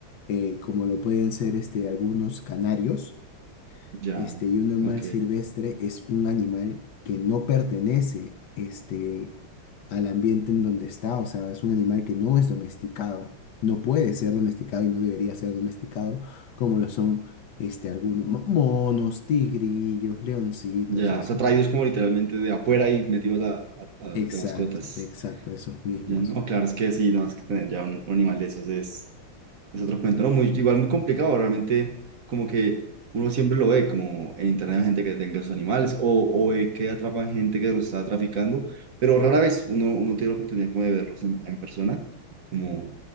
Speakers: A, on the left; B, on the right.
A: eh, como lo pueden ser este, algunos canarios.
B: Ya,
A: Este, y un animal
B: ok.
A: silvestre es un animal que no pertenece este, al ambiente en donde está, o sea, es un animal que no es domesticado, no puede ser domesticado y no debería ser domesticado, como lo son este, algunos mo- monos, tigrillos, leoncitos,
B: Ya,
A: esos.
B: o sea, traídos como literalmente de afuera y metidos a, a- a-
A: Exacto,
B: de mascotas.
A: exacto, esos mismos.
B: Ya, no, claro, es que sí, no, es que tener ya un, un animal de esos es, es otro cuento, ¿no? Muy, igual muy complicado, realmente, como que uno siempre lo ve, como en internet hay gente que tenga sus animales, o, o ve que atrapan gente que los está traficando, pero rara vez uno, uno tiene la oportunidad como de verlos en, en persona, como,